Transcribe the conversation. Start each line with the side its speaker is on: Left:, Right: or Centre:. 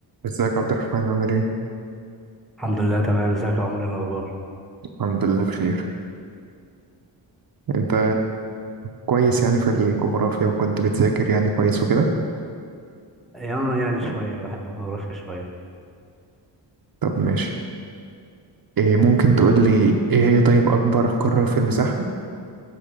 Right: ازيك عبد الرحمن عامل ايه؟
Centre: الحمد لله تمام ازيك يا عمر ايه الاخبار
Right: الحمد لله بخير انت كويس يعني في الجغرافيا وكنت بتذاكر يعني كويس وكده
Centre: اه يعني شويه بحب الجغرافيا شويه
Right: طب ماشي إيه ممكن تقول لي ايه هي طيب اكبر قارة في المساحة؟